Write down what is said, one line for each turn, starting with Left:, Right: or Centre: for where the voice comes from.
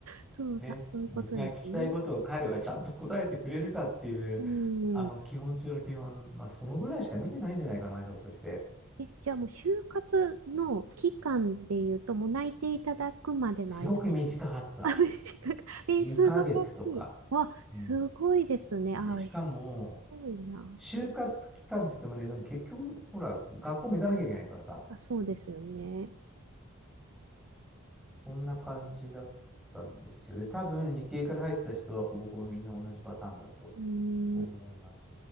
Right: そうだ、
Centre: ね。
Right: そういうことですね。
Centre: 僕が聞きたいことを彼はちゃんと答えてくれるかっていう、
Right: うん。
Centre: あの、基本中の基本、まあ、そのぐらいしか見てないんじゃないかな、ひょっとして。
Right: え、じゃあもう就活の期間で言うと、もう内定いただくまでの間で。
Centre: すごく短かった。
Right: あ、短く。え、
Centre: 2ヶ月とか。
Right: 素晴らしい。わ、すごいですね。
Centre: うん。で、
Right: あ、
Centre: しかも、
Right: すごいな。
Centre: 就活期間つってもね、でも結局、ほら、学校も行かなきゃいけないからさ、
Right: あ、そうですよね。
Centre: そんな感じだったんですよ。で、多分、理系から入った人はほぼほぼみんな同じパターンだと
Right: うーん。
Centre: 思います。